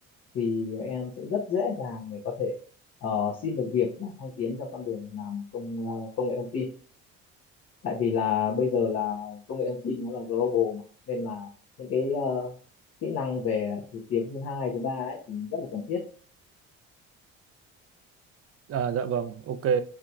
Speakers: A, on the left; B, on the right.
A: thì em sẽ rất dễ dàng để có thể ờ, xin được việc và thăng tiến trong con đường làm công ờ, công nghệ thông tin tại vì là bây giờ là công nghệ thông tin nó là global mà nên là những cái ờ, kỹ năng về thứ tiếng thứ hai thứ ba ấy thì rất là cần thiết
B: à, dạ vâng ok